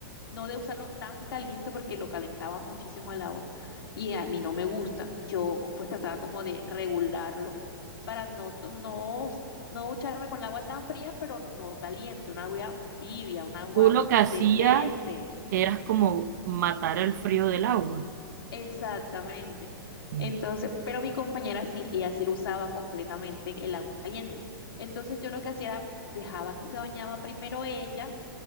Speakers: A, on the left; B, on the right.
A: no de usarlo tan caliente porque lo calentaba muchísimo el agua y a mí no me gusta. Yo pues trataba como de regularlo para no, to- no, no ducharme con el agua tan fría, pero no caliente, una agua tibia, un agua
B: Tú lo que hacías
A: decente.
B: era como matar el frío del agua.
A: Exactamente.
B: Mm.
A: Entonces, pero mi compañera sí, ella sí lo usaba completamente el agua caliente. Entonces yo lo que hacía era dejaba que se bañaba primero ella